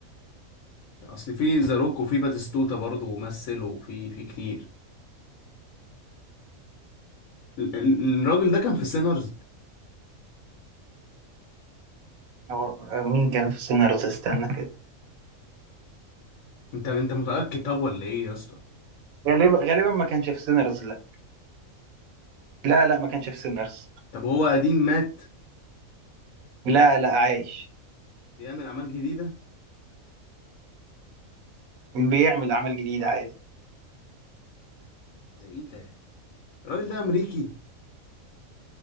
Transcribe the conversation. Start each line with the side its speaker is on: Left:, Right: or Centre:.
Left: اصل في ذا روك وفي باتيستوتا برضه ومثل وفي في كتير ال- ال- الراجل ده كان في سينرز
Right: هو مين كان في سينرز استنى كده
Left: انت انت متأكد طب ولا ايه يا اسطى
Right: غالبا غالبا ما كانش في سينرز لا لا لا ما كانش في سينرز
Left: طب هو قديم مات
Right: لا لا عايش
Left: بيعمل اعمال جديده
Right: بيعمل اعمال جديده عادي
Left: ده ايه ده الراجل ده امريكي